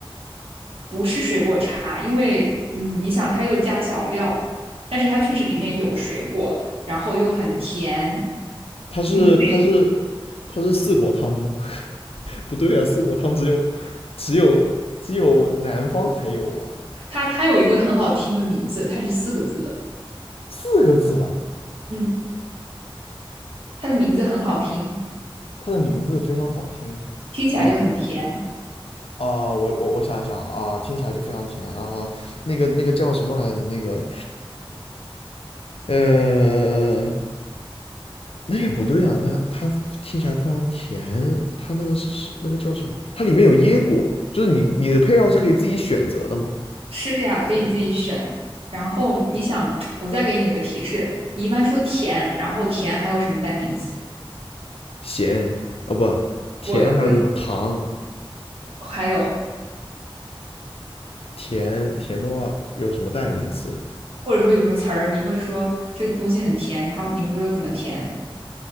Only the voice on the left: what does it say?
它是它是
它是四果汤吗？<laughs> 不对啊，四果汤只有只有只有南方才有啊，
四个字的。
它的名字非常好听
啊，啊、我我我想一想啊、听起来就非常甜啊、那个那个叫什么来着？那个呃，那也不对啊，那它听起来非常甜，它那个是是那个叫什么？它里面有椰果嘛？就是你你的配料是可以自己选择的吗？
咸啊不甜，
还有什么糖？
甜甜的话有什么代名词？